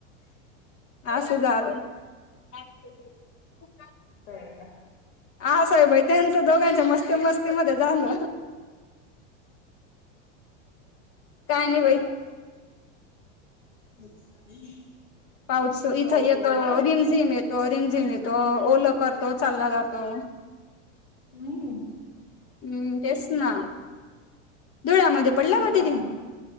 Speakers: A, on the left; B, on the left.
A: असं झालं <unintelligible>
B: बयाला
A: हा साहेबाई त्यांचं दोघांच्या मस्ती मस्तीमध्ये झाल. काय नाही बाई
B: तेच ना बाई.
A: पाऊस
B: जाऊ
A: इथे येतो
B: दे ग एकत
A: रिम- झिम ये तो रिम -झिम येतो, ओल करतो, चालला जातो.
B: हम्.
A: हम्म, तेच ना धुळ्यामध्ये पडला
B: ईथ
A: का दिदी
B: पण